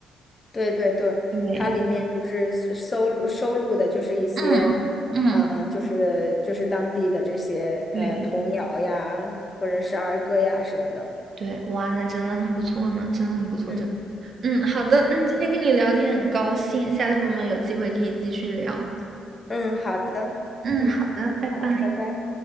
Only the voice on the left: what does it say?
对对对，
它里面不是收收录收录的就是一些，
呃，就是就是当地的这些呃童谣呀，
或者是儿歌呀什么的。
嗯
嗯，好的，
嗯，
好，拜拜。